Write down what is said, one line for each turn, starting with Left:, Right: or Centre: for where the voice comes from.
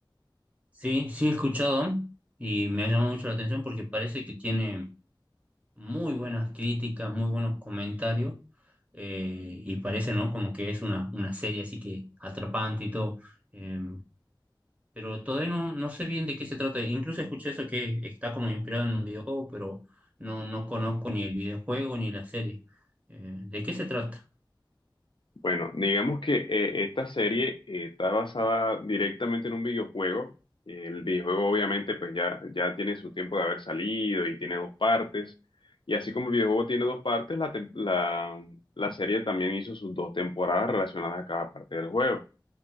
Right: Sí, sí he escuchado y me ha llamado mucho la atención porque parece que tiene muy buenas críticas, muy buenos comentarios eh, y parece, ¿no? Como que es una, una serie así que atrapante y todo. eh, pero todavía no, no sé bien de qué se trata. Incluso escuché eso que está como inspirado en un videojuego, pero no, no conozco ni el videojuego ni la serie. Eh, ¿de qué se trata?
Left: Bueno, digamos que eh, esta serie eh, está basada directamente en un videojuego. El videojuego obviamente pues ya, ya tiene su tiempo de haber salido y tiene dos partes. Y así como el videojuego tiene dos partes, la, tem- la, la serie también hizo sus dos temporadas relacionadas a cada parte del juego.